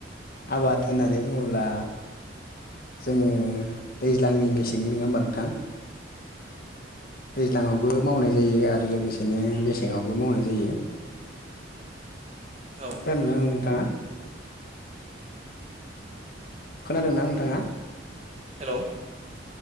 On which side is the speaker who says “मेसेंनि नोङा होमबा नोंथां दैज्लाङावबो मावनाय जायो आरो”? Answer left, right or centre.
Left